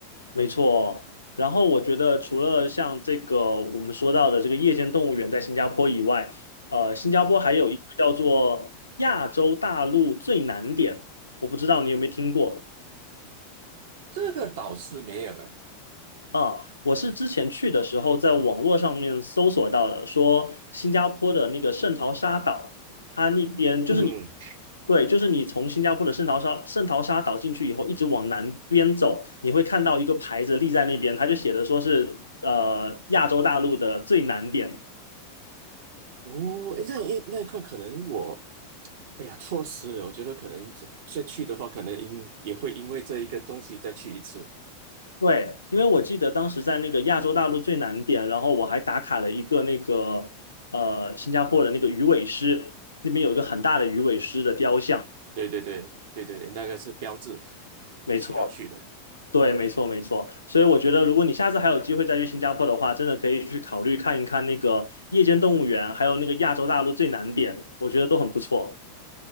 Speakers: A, on the left; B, on the right.
A: 没错。然后我觉得除了像这个我们说到的这个夜间动物园在新加坡以外，呃，新加坡还有一个叫做亚洲大陆最南点，
B: 嗯，
A: 我不知道你有没有听过。
B: 这个倒是没有诶。
A: 啊，我是之前去的时候在网络上面搜索到的，说新加坡的那个圣淘沙岛，它那边就是你，
B: 嗯，
A: 对，就是你从新加坡的圣淘沙圣淘沙岛进去以后，一直往南边走，你会看到一个牌子立在那边，它就写的说是呃亚洲大陆的最南点。
B: 哦，诶那诶那一块可能我，哎呀，错失了。我觉得可能这再去的话，可能因也会因为这一个东西再去一次。
A: 对，因为我记得当时在那个亚洲大陆最南点，然后我还打卡了一个那个呃新加坡的那个鱼尾狮，那边有一个很大的鱼尾狮的雕像，
B: 对对对对对对，那个是标志，
A: 没错。
B: 必须要去的。
A: 对，没错，没错。所以我觉得，如果你下次还有机会再去新加坡的话，真的可以去考虑看一看那个夜间动物园，还有那个亚洲大陆最南点，我觉得都很不错。